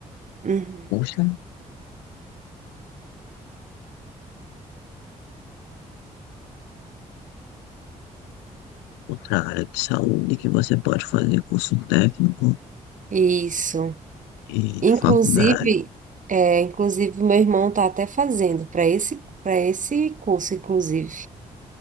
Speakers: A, on the right; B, on the left.
A: Uhum.
B: Poxa, outra área de saúde que você pode fazer curso técnico
A: Isso.
B: e
A: Inclusive,
B: faculdade.
A: é, inclusive meu irmão tá até fazendo para esse, para esse curso, inclusive,